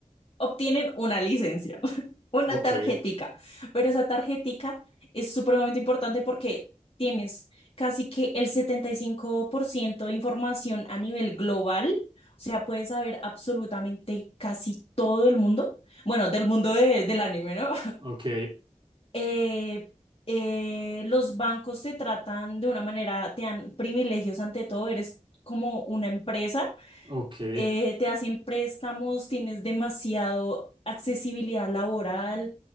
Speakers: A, on the left; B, on the right.
A: obtienen una licencia, <laughs> una
B: Ok.
A: tarjetica, pero esa tarjetica es supremamente importante porque tienes casi que el 75% de información a nivel global, o sea, puedes saber absolutamente casi todo el mundo, bueno, del mundo de- del anime, ¿no?
B: Ok.
A: eh, eh, los bancos te tratan de una manera, te dan privilegios ante todo, eres como una empresa,
B: Ok.
A: eh, te hacen préstamos, tienes demasiado accesibilidad laboral,